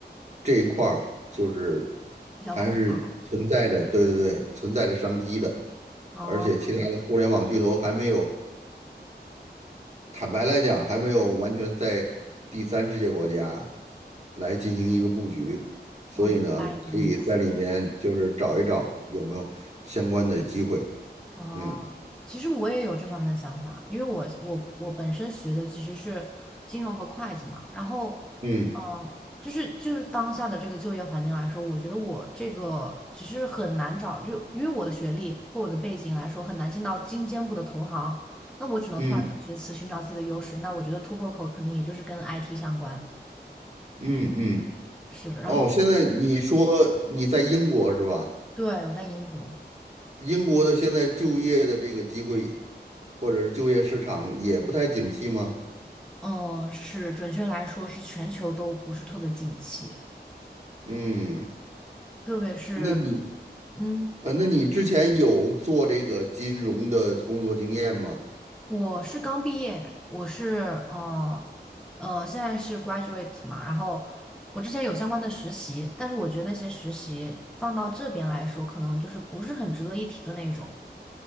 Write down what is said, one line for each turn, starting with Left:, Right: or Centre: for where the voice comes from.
Right: 这一块儿就是
Centre: 比较空白。
Right: 还是存在着，对对对，存在着商机的，
Centre: 哦，
Right: 而且其他的互联网巨头还没有。坦白来讲，还没有完全在第三世界国家来进行一个布局，所以呢，
Centre: 我明白你的意思。
Right: 可以在里面就是找一找有没有相关的机会。
Centre: 哦，
Right: 嗯
Centre: 其实我也有这方面的想法，因为我我我本身学的其实是金融和会计嘛，然后，
Right: 嗯
Centre: 嗯、就是就是当下的这个就业环境来说，我觉得我这个其实很难找，就因为我的学历和我的背景来说，很难进到精尖部的投行，那我只能突然求其次，
Right: 嗯
Centre: 寻找自己的优势。那我觉得突破口肯定也就是跟 IT 相关，
Right: 嗯嗯。
Centre: 是的。然后，
Right: 哦，现在你说你在英国是吧？
Centre: 对，我在英国，
Right: 英国的现在就业的这个机会，或者是就业市场也不太景气吗？
Centre: 嗯，是准确来说是全球都不是特别景气，
Right: 嗯，
Centre: 特别是。
Right: 那你
Centre: 嗯，
Right: 呃，那你之前有做这个金融的工作经验吗？
Centre: 我是刚毕业，我是呃呃，现在是 graduate 嘛，然后我之前有相关的实习，但是我觉得那些实习放到这边来说，可能就是不是很值得一提的那种。